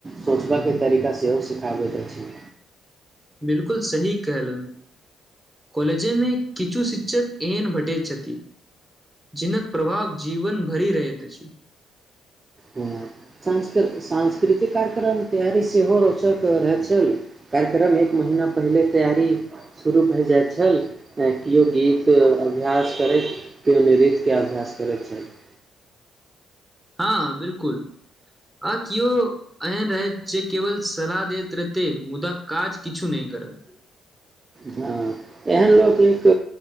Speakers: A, on the right; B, in the centre.
A: सोचबयके तरीका सेहो सिखाबैत अछि
B: बिलकुल सही कहलु कॉलेजेमे किछु शिक्षक एहन भेटैत छथिन जिनक प्रभाव जीवन भरि रहैत अछि
A: हं सांस्कृ सांस्कृतिक कार्यक्रम तैयारी सेहो रोचयके रहै छल कार्यक्रम एक महीना पहिले तैयारी शुरू भए जाइत छल केओ गीत अभ्यास करैत केओ नृत्यके अभ्यास करैत छथि
B: हँ बिलकुल आ किओ एहन रहै जे केवल सलाह दैत रहते मुदा काज किछु नहि करत
A: हँ एहन लोक एक